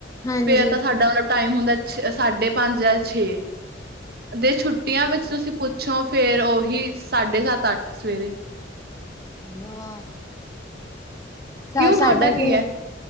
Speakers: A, on the left; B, on the right.
A: ਹਾਂਜੀ
B: ਫੇਰ ਤਾਂ ਸਾਡਾ ਮਲਬ ਟਾਈਮ ਹੁੰਦਾ ਐ ਸਾਢੇ ਪੰਜ ਜਾਂ ਛੇ। ਜੇ ਛੁੱਟੀਆਂ ਵਿਚ ਤੁਸੀਂ ਪੁੱਛੋਂ ਫੇਰ ਓਹੀ ਸਾਢੇ ਸੱਤ, ਅੱਠ ਸਵੇਰੇ।
A: ਵਾਹ ਸਾ
B: ਕਿਉਂ
A: ਸਾਡਾ
B: ਤੁਹਾਡਾ ਕੀ
A: ਤੇ
B: ਐ?